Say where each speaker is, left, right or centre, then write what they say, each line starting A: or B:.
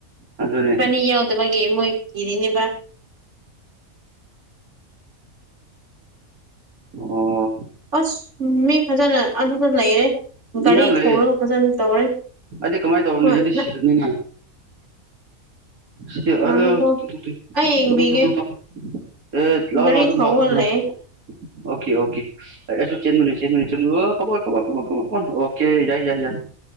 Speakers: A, on the right; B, on the right.
A: ꯑꯗꯨꯅꯦ
B: ꯏꯕꯥꯅꯤ ꯌꯥꯎꯗꯕꯒꯤ ꯃꯣꯏ ꯀꯤꯔꯤꯅꯦꯕ
A: ꯑꯣ
B: ꯑꯁ ꯃꯤ ꯐꯖꯅ ꯑꯗꯨꯗ ꯂꯩꯔꯦ
A: ꯃꯤ
B: ꯒꯥꯔꯤ
A: ꯌꯥꯝ ꯂꯩꯌꯦ
B: ꯊꯧꯔꯒ ꯐꯖꯅ ꯇꯧꯔꯦ
A: ꯑꯩꯗꯤ ꯀꯃꯥꯏꯅ ꯇꯧꯔꯅꯤ
B: ꯍꯣꯏ
A: ꯑꯩꯗꯤ
B: ꯅ
A: ꯁꯤꯔꯅꯤꯅꯦ ꯁꯤ
B: ꯉꯥꯏꯈꯣꯀꯣ
A: ꯑꯂ ꯇꯨ ꯇꯨ ꯇꯨ
B: ꯑꯩ
A: <unintelligible>
B: ꯌꯦꯡꯕꯤꯒꯦ
A: ꯑꯦ ꯂꯥꯎ
B: ꯒꯥꯔꯤ
A: ꯂꯥꯎ ꯑꯗꯨꯝ
B: ꯊꯧꯔꯒ
A: ꯂꯥꯎ ꯗꯨꯝ ꯂꯥꯎ
B: ꯂꯩꯌꯦ
A: ꯑꯣꯀꯦ ꯑꯣꯀꯦ ꯑꯩ ꯑꯩꯁꯨ ꯆꯦꯟꯕꯅꯤ ꯆꯦꯟꯕꯅꯤ ꯆꯦꯟꯕꯅꯤ ꯑꯣ ꯈꯃꯣꯟ ꯈꯃꯣꯟ ꯈꯃꯣꯟ ꯈꯃꯣꯟ ꯈꯃꯣꯟ ꯑꯣꯀꯦ ꯌꯥꯏ ꯌꯥꯏ ꯌꯥꯏ